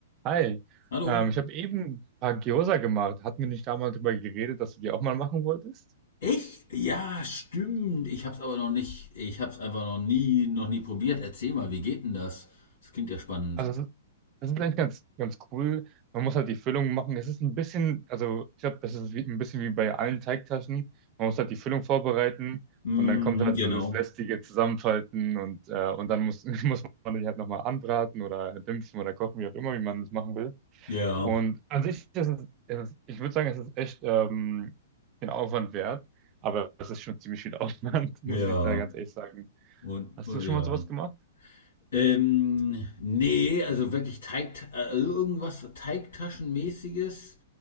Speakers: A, on the right; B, on the left.
A: Hi,
B: Hallo.
A: ähm, ich habe eben ein paar Gyoza gemacht. Hatten wir nicht da mal drüber geredet, dass du die auch mal machen wolltest?
B: Echt? Ja, stimmt. Ich hab's aber noch nicht, ich hab's einfach noch nie, noch nie probiert. Erzähl mal, wie geht denn das? Das klingt ja spannend.
A: Also das ist, das ist eigentlich ganz, ganz cool. Man muss halt die Füllung machen. Es ist ein bisschen, also ich glaube, das ist wie, ein bisschen wie bei allen Teigtaschen. Man muss halt die Füllung vorbereiten
B: Mm,
A: und dann kommt halt
B: genau.
A: so das lästige Zusammenfalten und, äh, und dann muss, <laughs> muss man die halt nochmal anbraten oder dämpfen oder kochen, wie auch immer, wie man das machen will.
B: Ja,
A: Und an sich ist es, es ist, ich würde sagen, es ist echt ähm, den Aufwand wert, aber es ist schon ziemlich viel Aufwand,
B: ja.
A: <laughs> muss ich da ganz ehrlich sagen.
B: Und,
A: Hast
B: und
A: du schon
B: ja.
A: mal sowas gemacht?
B: Ähm, nee, also wirklich Teig, also irgendwas Teigtaschenmäßiges.